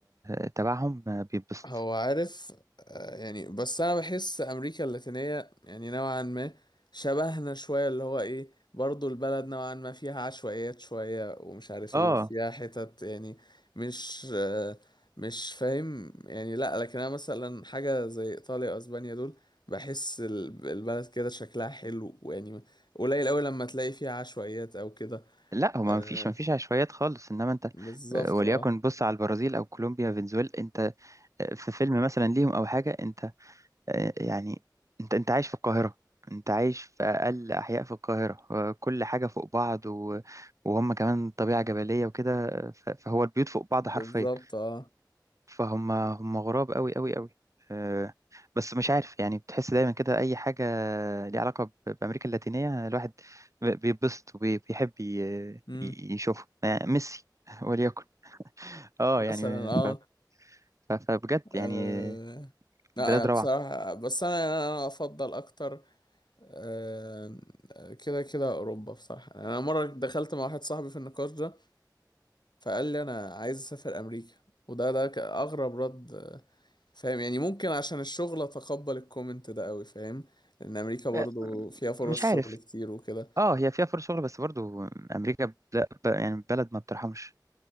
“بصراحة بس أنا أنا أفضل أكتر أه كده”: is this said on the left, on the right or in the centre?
Left